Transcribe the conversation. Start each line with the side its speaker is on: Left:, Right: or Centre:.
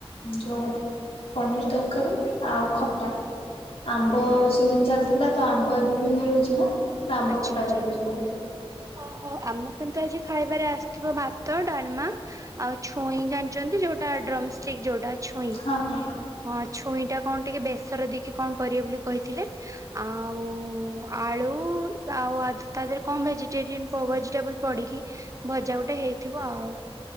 Left: ଯୋଉ ପନିର ତରକାରୀ ଆଉ ଖଟା। ଆମ୍ବ ସିଜନ ଚାଲିଥିଲା ତ ଆମ୍ବ ଏବେ ବି ମିଳୁଚି ନା ତ ଆମ୍ବ
Right: ଆଚ୍ଛା
Left: ଖଟା
Right: ଆଚ୍ଛା।
Left: କରିଦଉଛନ୍ତି।
Right: ଓହୋ ଆମ କିନ୍ତୁ ଆଜି ଖାଇବାରେ ଆସିଥିବ ଭାତ ଡାଲମା ଆଉ ଛୁଇଁ ଜାଣିଛନ୍ତି ଯୋଉଟା ଡ୍ରମଷ୍ଟିକ ଯୋଉଟା ଛୁଇଁ।
Left: ହଁ ହଁ
Right: ହଁ ଛୁଇଁ ଟା କଣ ଟିକେ ବେସର ଦେଇକି କଣ କରିବେ ବୋଲି କହିଥିଲେ। ଆଉ ଆଳୁ ଆଉ ଆଜି ତା ଦେହରେ କଣ ଭେଜିଟେରିୟନ ପ୍ରୋ ଭେଜିଟେବୁଲ ପଡିକି ଭଜା ଗୋଟେ ହେଇଥିବ ଆଉ